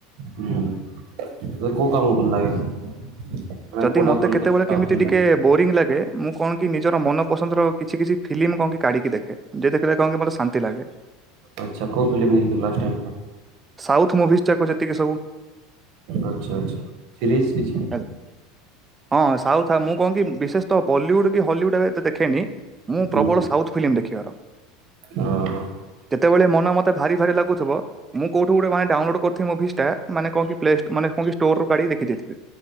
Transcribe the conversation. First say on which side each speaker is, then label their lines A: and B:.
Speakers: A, on the right; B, on the right.
A: ହୁଁ। ତତେ କୋଉ କାମ ଭଲ ଲାଗେ? ମାନେ
B: ଯଦି
A: କୋଉଟା
B: ମତେ
A: କଲେ
B: କେତେବେଳେ କେମିତି
A: ଭଲ
B: ଟିକେ
A: ଲାଗେ
B: ବୋରିଂ ଲାଗେ ମୁଁ କଣ କି ନିଜର ମନ ପସନ୍ଦର କିଛି, କିଛି ଫିଲ୍ମ୍ କଣ କି କାଢ଼ିକି ଦେଖେ। ଯେତେ ଥିଲେ କଣ କି ମତେ ଶାନ୍ତି ଲାଗେ।
A: ଆଚ୍ଛା କୋଉ ଫିଲ୍ମ୍ ଦେଖିଥିଲ ଲାଷ୍ଟ ଟାଇମ୍ କଣ?
B: ସାଉଥ୍ ମୁଭି ଯାକୁ ଯେତିକି ସବୁ।
A: ଆଚ୍ଛା ଆଚ୍ଛା ସିରିଜ୍ କିଛି?
B: ହେଲା ହଁ ସାଉଥ ଆ ମୁଁ କଣ କି ବିଶେଷ ତ ବଲିଉଡ୍ କି ହଲିଉଡ୍ ଆ ଏତେ ଦେଖ ଖେନି ମୁଁ
A: ହୁଁ
B: ପ୍ରବଳ ସାଉଥ୍ ଫିଲିମ୍ ଦେଖିବାର।
A: ଓହୋ
B: ଯେତେବେଳେ ମନେ ମତେ ଭାରି ଭାରି ଲାଗୁଥୁବ ମୁଁ କୋଉଠୁ ଗୋଟେ ମାନେ ଡାଉନଲୋଡ୍ କରିଥିବି ମୁଭିସଟା ମାନେ କଣ କି ପ୍ଲେ ଷ୍ଟୋ ମାନେ କଣ କି ଷ୍ଟୋରରୁ କାଢିକି ଦେଖିେଦେଇଥିବି।